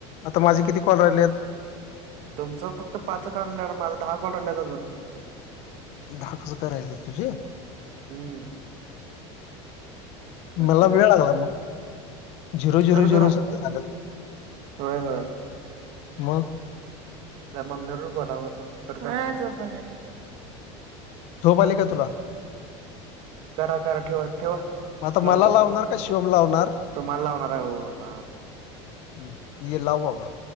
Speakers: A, on the left (about 45°); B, on the right (about 45°).
A: आता माझे किती कॉल राहिले आहेत?
B: तुमचं फक्त पाच कॉल राहिले माझा दहा कॉल राहिल्यात अजून.
A: दहा कस काह राहीलेय तुजे?
B: हम्म. कट
A: मला
B: करा
A: वेळ लागला मग. झिरो झिरो
B: कट
A: झिरो
B: करा
A: स झालं
B: होय होय
A: मग.
B: त्या मम्मी बरोबर बोलाव थांबा कट करु.
A: झोप आली का तुला?
B: करा करा ठेव ठेवा.
A: मग आता
B: लावतो
A: मला लावणार का शिवम लावणार.?
B: तुम्हाला लावणार आहे ओ बाबा
A: हम्म ये लाव बाबा.